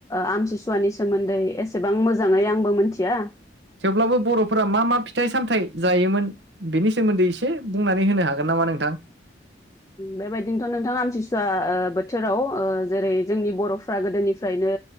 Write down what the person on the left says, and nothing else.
आमसिसुवानि सोमोन्दै एसेबां मोजाङै आंबो मिथि या
बेबायदिनोथ' नोंथां आमथिसुवा बोथोराव जेरै जोंनि बर'फ्रा गोदोनिफ्रायनो